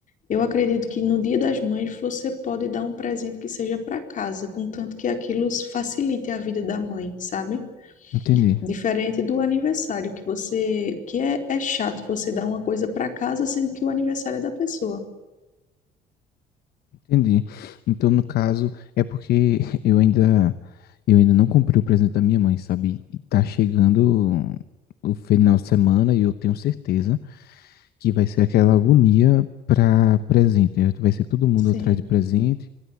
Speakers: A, on the left (about 50°); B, on the left (about 65°).
A: Eu acredito que no Dia das Mães você pode dar um presente que seja para casa, contanto que aquilo facilite a vida da mãe, sabe?
B: entendi.
A: Diferente do aniversário, que você, que é, é chato você dar uma coisa para casa, sendo que o aniversário é da pessoa.
B: Entendi. Então, no caso, é porque eu ainda eu ainda não comprei o presente da minha mãe, sabe? E tá chegando o final de semana e eu tenho certeza que vai ser aquela agonia para presente. né? Vai ser todo mundo
A: Sim.
B: atrás de presente